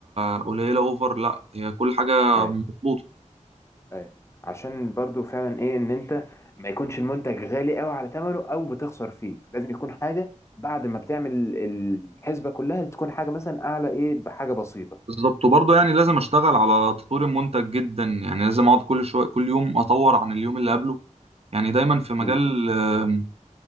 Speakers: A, on the right (about 50°); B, on the left (about 20°).
A: قليلة
B: مم.
A: اوفر لا هي كل حاجة
B: ايوه
A: مظبوطة
B: ايوه عشان برضو فعلا ايه ان انت ما يكونش المنتج غالي قوي على ثمنه او بتخسر فيه لازم يكون حاجه بعد ما بتعمل الحسبه كلها تكون حاجه مثلا اعلى ايه بحاجه بسيطه
A: بالظبط وبرضه يعني لازم اشتغل على تطوير المنتج جدا يعني لازم اقعد كل شوية كل يوم اطور عن اليوم اللي قبله يعني دايما في
B: اكيد
A: مجال آم،